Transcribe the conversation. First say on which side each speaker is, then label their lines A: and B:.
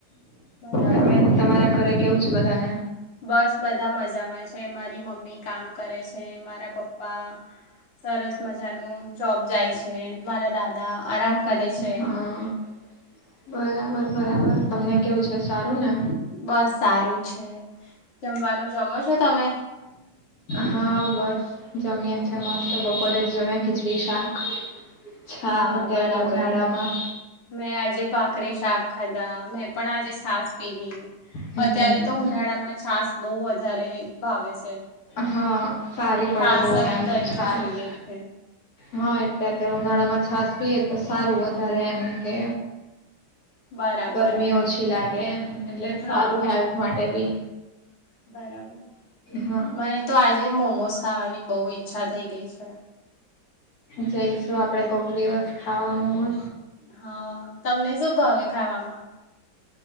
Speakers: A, on the left; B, on the left.
A: બરાબર?
B: તમે તમારા ઘરે કેવું છું બધાને?
A: બસ બધા મજામાં છે. એમાં મમ્મી કામ કરે છે. મારા પપ્પા સરસ મજાનું જોબ જાય છે, મારા દાદા આરામ કરે છે.
B: હા બરાબર. બરાબર. તમને કેવું છે સારું ને?
A: બસ સારું છે. જમવાનું જમો છો તમે?
B: હા. બસ જમ્યા છે. મસ્ત બપોરે જ જમ્યા ખીચડી શાક છાસ
A: હા.
B: અત્યારે
A: બરાબર
B: તો ઉનાળામાં
A: મેં આજે ભખરી શાક ખાધા, મેં પણ આજે છાસ પીધી.
B: હમ
A: અત્યારે તો ઉનાળામાં છાસ બહુ વધારે ભાવે છે.
B: હા. સારી પડે
A: છાસ
B: બહુ
A: અને
B: એમ
A: દહીં
B: ચાસ
A: તો જોઈએ જ છે
B: હા એટલે અત્યારે ઉનાળા માં છાસ પીએ તો સારું વધારે એમ કે
A: બરાબર
B: ગરમી ઓછી લાગે એમ એટલે
A: હા
B: સારું હેલ્થ માટે બી
A: બરાબર
B: હા
A: મને તો આજે મોમોઝ ખાવાની બહુ ઈચ્છા થઈ ગઈ છે.
B: જઈશું આપડે કોક દિવસ ખાવાનું
A: હા. તમને શું ભાવે ખાવામાં?